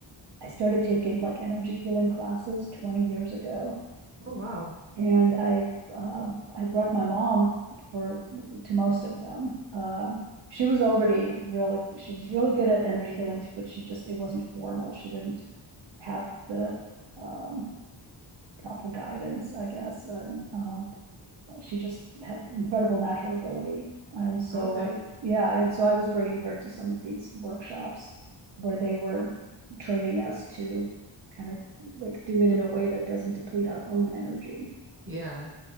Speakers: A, on the right (about 60°); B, on the right (about 25°).
A: I started taking like energy healing classes 20 years ago.
B: Oh, wow.
A: And I, um, I brought my mom for to most of them. Um, she was already really, she was really good at energy healing, but she just, it wasn't formal. She didn't have the, um, proper guidance, I guess, and, um, she just had incredible natural ability. And so
B: Okay.
A: I, yeah, and so I was bringing her to some of these workshops where they were training us to kind of like do it in a way that doesn't deplete our own energy.
B: Yeah.